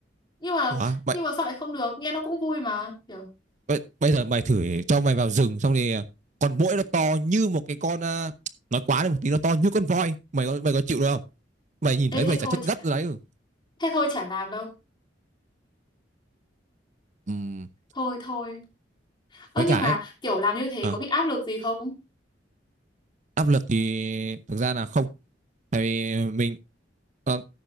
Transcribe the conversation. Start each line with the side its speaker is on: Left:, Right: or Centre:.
Left: Nhưng mà
Right: Ủa, mày,
Left: nhưng mà sao lại không được? Nghe nó cũng vui mà. Kiểu
Right: bây, bây giờ mày thử cho mày vào rừng xong thì à, con muỗi nó to như một cái con à, nói quá đi một tí nó to như con voi mày có mày có chịu được không mày nhìn
Left: ê
Right: thấy mày
Left: thế
Right: chả
Left: thôi
Right: chết
Left: chả,
Right: ngất rồi đấy ừ.
Left: thế thôi chả làm đâu.
Right: Ừm,
Left: Thôi thôi. Ơ
Right: với cả
Left: nhưng mà
Right: ấy
Left: kiểu làm như thế
Right: à,
Left: có bị áp lực gì không?
Right: áp lực thì thực ra là không tại vì mình ờ,